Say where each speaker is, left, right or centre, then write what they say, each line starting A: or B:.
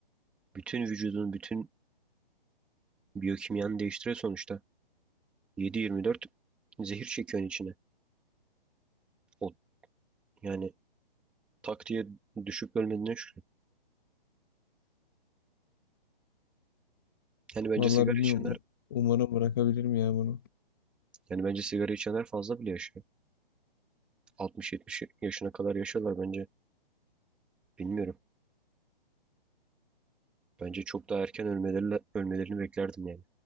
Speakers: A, in the centre; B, on the left.
A: Bütün vücudun, bütün biyokimyanı değiştiriyor sonuçta. 7-24 zehir çekiyorsun içine. O, yani tak diye düşüp ölmediğine şükür. Yani bence
B: Valla
A: sigara
B: bilmiyorum.
A: içenler
B: u- Umarım bırakabilirim ya bunu.
A: yani bence sigara içenler fazla bile yaşıyor. 60-70 yaşına kadar yaşıyorlar bence. Bilmiyorum. Bence çok daha erken ölmeleri, ölmelerini beklerdim yani.